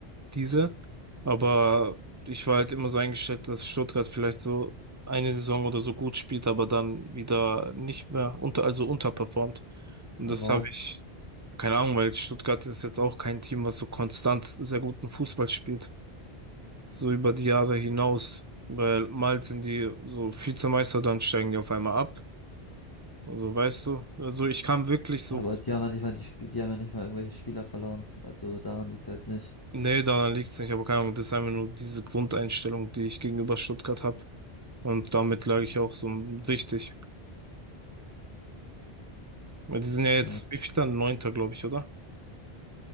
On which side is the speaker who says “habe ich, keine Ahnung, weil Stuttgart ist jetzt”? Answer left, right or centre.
Right